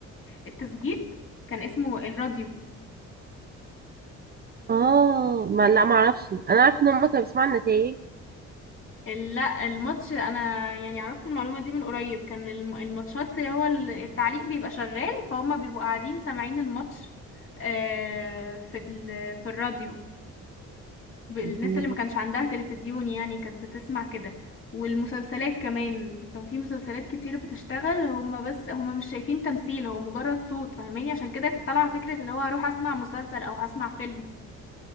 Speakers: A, on the left; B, on the right.
A: التسجيل كان اسمه الراديو
B: اه ما لا ما اعرفش انا عارفه ان هما كانوا بيسمعوا النتائج
A: ال- لا الماتش انا يعني عرفت المعلومه دي من قريب كان الم- الماتشات هو ال- التعليق بيبقى شغال فهم بيبقوا قاعدين سامعين الماتش آه، في ال... في الراديو الناس
B: دي
A: اللي ما كانش عندها تلفزيون يعني كانت بتسمع كده والمسلسلات كمان كان في مسلسلات كتير بتشتغل هما بس هما مش شايفين تمثيل هو مجرد صوت فاهماني عشان كده كانت طالعة فكرة اللي هو هروح اسمع مسلسل او هسمع فيلم